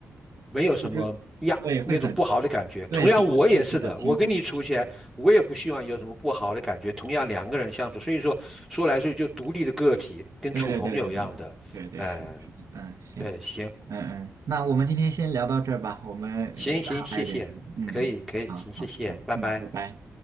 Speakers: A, in the centre; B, on the right.
A: 没有什么呀那种不好的感觉。
B: 就是对，会很，对，
A: 同样，
B: 比较会比较轻松一点，
A: 我也是的，我跟你处起来，我也不希望有什么不好的感觉。同样，两个人相处，所以说说来说去就独立的个体，跟处朋友一样的。
B: 对对对对对对对，
A: 哎、
B: 是的，是的，嗯，行，
A: 对，行
B: 嗯嗯，那我们今天先聊到这儿吧，我们我刚好还有点事，
A: 行行，谢谢，
B: 嗯嗯，
A: 可以可以，
B: 好好好，
A: 行，谢谢，拜拜。
B: 嗯，拜拜。